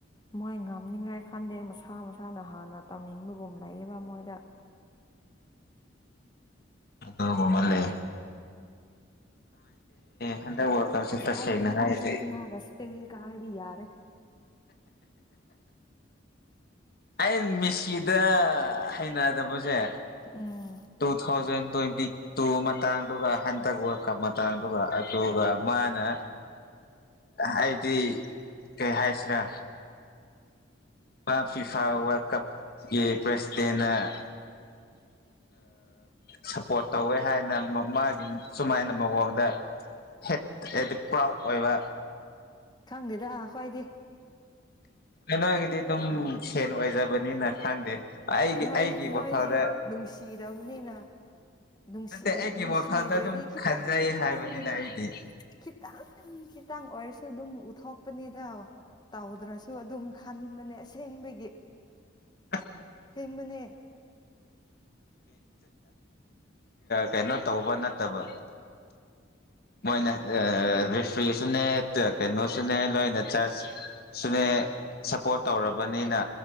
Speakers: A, on the left; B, on the left.
A: ꯃꯣꯏ ꯉꯝꯅꯤꯡꯉꯥꯏ ꯈꯟꯗꯦ ꯃꯁꯥ ꯃꯁꯥꯅ ꯍꯥꯟꯅ ꯇꯝꯅꯤꯡꯕꯒꯨꯝ ꯂꯩꯌꯦꯕ ꯃꯣꯏꯗ
B: ꯑꯗꯣ <unintelligible> ꯍꯟꯗꯛ ꯋꯥꯔꯜ ꯀꯞꯁꯦ
A: ꯑꯁ
B: ꯇꯁꯦꯡꯅ
A: ꯑꯩꯒꯤꯗꯤ
B: ꯍꯥꯏꯔꯗꯤ
A: ꯑꯔꯖꯦꯟꯇꯤꯅꯥꯒ ꯏꯁꯄꯦꯟ ꯀꯥꯔꯗꯤ ꯌꯥꯔꯦ꯫
B: ꯑꯩ ꯃꯦꯁꯤꯗ ꯍꯩꯅꯗꯕꯁꯦ
A: ꯎꯝ
B: ꯇꯨ ꯊꯥꯎꯖꯟ ꯇ꯭ꯋꯦꯟꯇꯤ ꯇꯨ ꯃꯇꯥꯡꯗꯨꯒ ꯍꯟꯗꯛ ꯋ꯭ꯔꯥꯜꯗ ꯀꯞ ꯃꯇꯥꯡꯗꯨꯒ ꯑꯗꯨꯒ ꯃꯥꯅ ꯑꯩꯗꯤ ꯀꯩ ꯍꯥꯏꯁꯤꯔꯥ ꯃꯥ ꯐꯤꯐꯥ ꯋ꯭ꯔꯥꯜꯗ ꯀꯞꯀꯤ ꯄ꯭ꯔꯦꯁꯤꯗꯦꯟꯅ ꯁꯞꯄ꯭ꯔꯣꯠ ꯇꯧꯋꯦ ꯍꯥꯏꯅ ꯃꯥꯒꯤ ꯁꯨꯃꯥꯏꯅ ꯃꯑꯣꯡꯗ ꯍꯦꯠꯛꯇ ꯄ꯭ꯔꯥꯎ ꯑꯣꯏꯕ꯫
A: ꯈꯪꯗꯦꯗ ꯑꯩꯈꯣꯏꯗꯤ꯫
B: ꯑꯦ ꯅꯣꯏꯒꯤꯗꯤ ꯑꯗꯨꯝ ꯁꯦꯟ ꯑꯣꯏꯖꯕꯅꯤꯅ ꯈꯪꯗꯦ꯫ ꯑꯩꯒꯤ
A: ꯅꯣꯏ
B: ꯑꯩꯒꯤ
A: ꯅꯣꯏꯗꯤ
B: ꯋꯥꯈꯜꯗ
A: ꯅꯨꯡꯁꯤꯗꯕꯅꯤꯅ ꯅꯨꯡꯁꯤ
B: ꯅꯠꯇꯦ ꯑꯩꯒꯤ
A: ꯅꯨꯡꯁꯤꯗ꯭ꯔꯗꯤ
B: ꯋꯥꯈꯜꯗ ꯑꯗꯨꯝ
A: ꯈꯤꯇꯪ-ꯈꯤꯇꯪ-ꯈꯤꯇꯪ
B: ꯈꯟꯖꯩ ꯍꯥꯏꯕꯅꯤꯅ ꯑꯩꯗꯤ
A: ꯈꯤꯇꯪ ꯈꯤꯇꯪ ꯑꯣꯏꯔꯁꯨ ꯑꯗꯨꯝ ꯎꯠꯊꯣꯛꯄꯅꯤꯗ꯫ ꯇꯧꯗ꯭ꯔꯁꯨ ꯑꯗꯨꯝ ꯈꯟꯕꯅꯦ ꯑꯁꯦꯡꯕꯒꯤ꯫
B: <unintelligible>
A: ꯑꯁꯦꯡꯕꯅꯦ꯫
B: ꯀꯩꯅꯣ ꯇꯧꯕ ꯅꯠꯇꯕ ꯃꯣꯏꯅ ꯔꯦꯐ꯭ꯔꯤꯁꯨꯅꯦ ꯀꯩꯅꯣꯁꯨꯅꯦ ꯂꯣꯏꯅ ꯖꯖ ꯁꯨꯅꯦ ꯁꯞꯄ꯭ꯔꯣꯠ ꯇꯧꯔꯕꯅꯤꯅ꯫